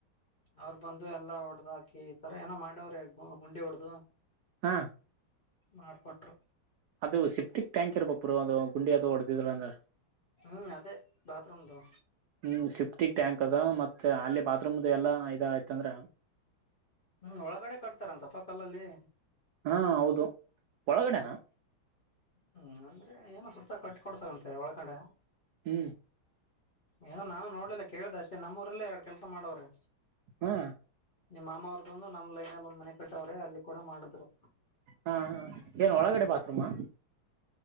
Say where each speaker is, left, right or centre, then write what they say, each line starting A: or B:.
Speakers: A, on the left; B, on the right.
A: ಅವ್ರು ಬಂದು ಎಲ್ಲಾ ಹೊಡ್ದ ಹಾಕಿ ಈ ತರಾ ಏನೋ ಮಾಡವ್ರ ಗು ಗುಂಡಿ ಹೊಡೆದು
B: ಹ.
A: ಮಾಡ್ಕೊಟ್ರು
B: ಅದು ಸಿಪ್ಟಿಕ್ ಟ್ಯಾಂಕ್ ಇರ್ಬೆಕ್ ಬ್ರೋ ಅದು ಗುಂಡಿ ಅದು ಹೊಡದಿದ್ರ ಅಂದ
A: ಹ್ಮ್ ಅದೇ ಬಾತ್ರೂಮ್ದೂ
B: ಹ್ಮ ಸಿಫ್ಟಿಕ್ ಟ್ಯಾಂಕ್ ಅದ ಮತ್ತೆ ಅಲ್ಲಿ ಬಾತ್ರೂಮ್ದ ಎಲ್ಲ ಇದ ಆಯ್ತ ಅಂದ್ರೆ
A: ಹ್ಮ್ ಒಳಗಡೆ ಕಟ್ತಾರಂತ ಪಾ ಕಲ್ಲಲ್ಲಿ
B: ಹಾ ಹೌದು ಒಳಗಡೆನಾ
A: ಹ್ಮ್ ಅಂದ್ರೆ ಏನೋ ಸುತ್ತ ಕಟ್ಟಿ ಕೊಡ್ತಾರಂತೆ ಒಳಗಡೆ
B: ಹ್ಮ.
A: ಏನೋ ನಾನು ನೋಡಲ್ಲ ಕೇಳ್ದ ಅಷ್ಟೇ ನಮ್ಮೂರೆಲ್ಲ ಎರಡು ಕೆಲ್ಸ ಮಾಡವ್ರೆ.
B: ಹಾ
A: ನಿಮ್ ಮಾಮ ಅವರದೊಂದು ನಮ್ ಲೈನ್ ಅಲ್ಲಿ ಒಂದ್ ಮನೆ ಕಟ್ಟವ್ರೆ ಅಲ್ಲಿ ಕೂಡ ಮಾಡಿದ್ರು.
B: ಹಾ ಹ ಏನ್ ಒಳಗಡೆ ಬಾತ್ರೂಮಾ.